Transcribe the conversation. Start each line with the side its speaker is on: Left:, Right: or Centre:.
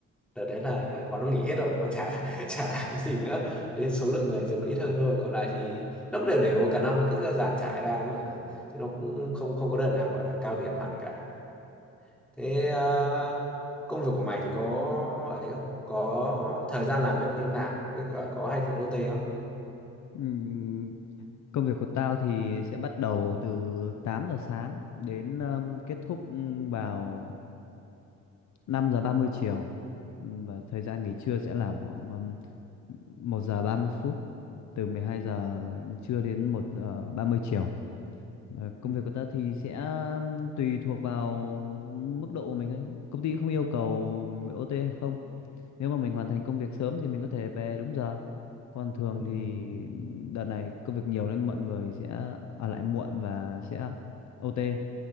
Centre: đợt đấy là bọn nó nghỉ hết rồi bọn nó chả <laughs> chả làm cái gì nữa nên số lượng người dùng nó ít hơn thôi còn lại thì nó cũng đều đều cả năm nó cứ dàn trải ra mà chứ nó cũng không không có đợt nào gọi là cao điểm hẳn cả thế ờ, công việc của mày thì có ấy không có thời gian làm việc như thế nào với cả có hay phải OT không
Left: Ừm, công việc của tao thì sẽ bắt đầu từ 8 giờ sáng đến ừm, kết thúc ừm, vào 5 giờ 30 chiều Ừm, và thời gian nghỉ trưa sẽ là khoảng um, 1 giờ 30 phút từ 12 giờ trưa đến 1 giờ 30 chiều. Và công
Centre: ừ.
Left: việc của ta thì sẽ um, tùy thuộc vào mức độ của mình thôi. Công ty không yêu cầu OT hay không. Nếu mà mình hoàn thành công việc sớm thì mình có thể về đúng giờ. Còn thường
Centre: Ừ.
Left: thì đợt này công việc nhiều nên mọi người sẽ ở lại muộn và sẽ OT